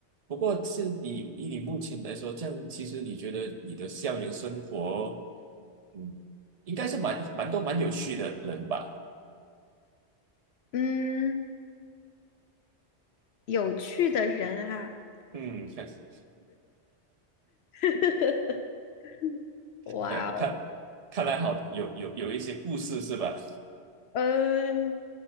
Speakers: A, on the right; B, on the left.
A: 不过是你以你目前来说，这样其实你觉得你的校园生活，嗯，应该是蛮蛮多蛮有趣的人吧？
B: 嗯，有趣的人啊，
A: 嗯，<laughs>
B: <laughs> 哇哦，
A: 呃，看看来好有有有一些故事是吧？
B: 呃，